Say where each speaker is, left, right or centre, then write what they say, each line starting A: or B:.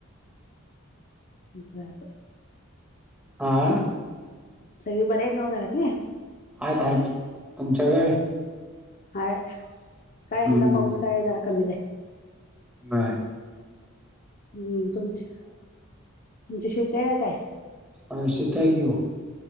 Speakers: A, on the left (about 40°); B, in the centre.
A: बरं बरं
B: हा
A: सगळी बरे आहेत नवा घरातले?
B: आहेत, आहेत तुमच्याकड
A: हय, काय
B: हम्म
A: यंदा पाऊस काय जरा कमी आहे
B: नाही
A: हम्म तुमचं, तुमची शेती हे काय
B: हा, शेती आहे की ओ